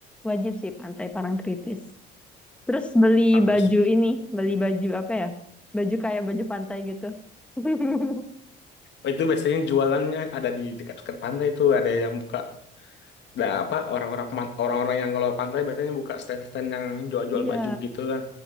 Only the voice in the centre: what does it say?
wajib sih Pantai Parangtritis. Terus beli
baju ini, beli baju apa ya? Baju kayak baju pantai gitu. <laughs>
Iya,